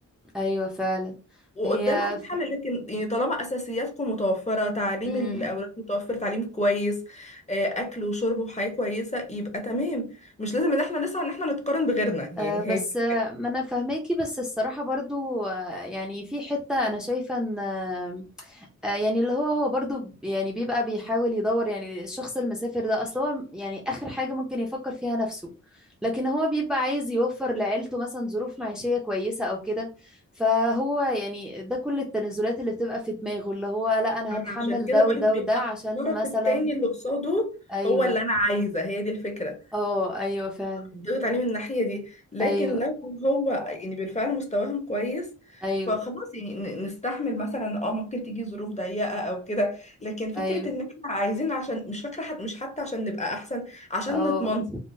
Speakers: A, in the centre; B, on the left.
A: ايوه فعلا
B: وقدام
A: هي
B: هتتحل
A: ف...
B: لكن يعني طالما اساسياتكم متوفره تعليم
A: مم.
B: الاولاد متوفر تعليم كويس آه، اكل وشرب وحياه كويسه يبقى تمام مش لازم ان احنا نسعى ان احنا نتقارن بغيرنا يعني
A: آه، بس
B: هادي
A: آه، ما انا فاهماكي بس الصراحة برضو آه، يعني في حتة انا شايفة ان آه، آه، يعني اللي هو هو برضو ب- يعني بيبقى بيحاول يدور يعني الشخص المسافر ده اصل هو يعني اخر حاجة ممكن يفكر فيها نفسه لكن هو بيبقى عايز يوفر لعيلته مثلا ظروف معيشية كويسة او كده فهو يعني ده كل التنازلات اللي بتبقى في دماغه اللي هو لا انا
B: انا
A: هتحمل
B: عشان كده
A: ده
B: بقولك
A: وده
B: بيبقى
A: وده عشان
B: الطرف
A: مثلا
B: التاني اللي قصاده
A: ايوه
B: هو اللي انا عايزه هي دي الفكره
A: اه ايوه فعلا
B: ضغط عليه من الناحيه دي لكن
A: ايوه
B: لو هو يعني بالفعل مستواهم كويس
A: ايوه
B: فخلاص يعني ن- نستحمل مثلا اه ممكن تيجي ظروف ضيقه او كده لكن فكره
A: ايوه
B: ان احنا عايزين عشان مش فاكره حت مش حتى عشان نبقى احسن عشان
A: اه
B: نتمنصر